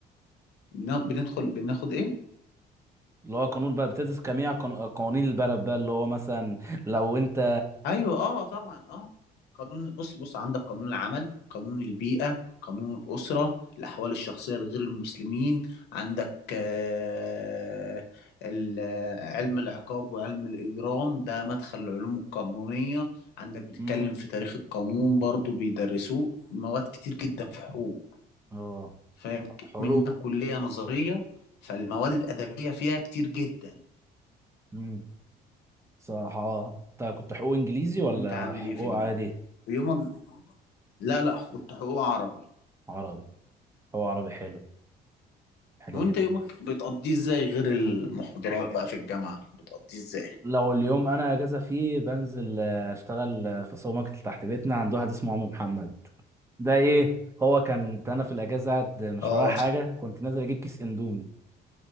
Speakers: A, on the left; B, on the right.
A: بن- بندخل بناخد ايه
B: اللي هو قانون بقى بتدرس جميع قانو- قوانين البلد بقى اللي هو مثلا لو انت
A: ايوه اه طبعا اه قانون بص بص عندك قانون العمل قانون البيئة قانون الأسرة الأحوال الشخصية لغير المسلمين عندك آه، ال- آه، علم العقاب وعلم الإجرام ده مدخل العلوم القانونية عندك بتتكلم
B: مم.
A: في تاريخ القانون برضو بيدرسوه مواد كتير جدا في حقوق
B: اه
A: فاهم
B: حقوق
A: منها كلية نظرية فالمواد الأدبية فيها كتير جدا
B: امم صح اه انت كنت حقوق انجليزي ولا
A: وأنت عامل
B: حقوق
A: إيه في ال-
B: عادي
A: ويومك لا لا كنت حقوق عربي
B: عربي هو عربي حلو حلو
A: وانت
B: جدا
A: يومك بتقضيه ازاي غير المحاضرات بقى في الجامعة بتقضيه ازاي
B: لو اليوم انا اجازه فيه بنزل آه، اشتغل آه، في سوبر ماركت تحت بيتنا عند واحد اسمه عم محمد ده ايه هو كان انا في الاجازه قاعد مش
A: اه
B: ورايا حاجه كنت نازل اجيب كيس اندومي